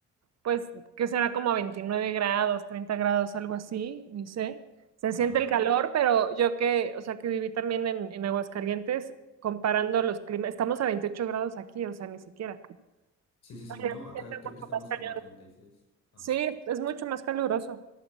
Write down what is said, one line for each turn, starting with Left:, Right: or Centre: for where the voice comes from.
Right: pues, que será como 29 grados, 30 grados, algo así, ni sé. Se siente
Left: Ajá.
Right: el calor, pero yo que, o sea, que viví también en, en Aguascalientes, comparando los climas, estamos a 28 grados aquí, o sea, ni siquiera.
Left: Sí, sí, sí.
Right: Allá
Left: No,
Right: se
Left: acá
Right: siente
Left: creo
Right: mucho
Left: que estamos
Right: más cañón.
Left: como a 36. Ajá.
Right: Sí, es mucho más caluroso.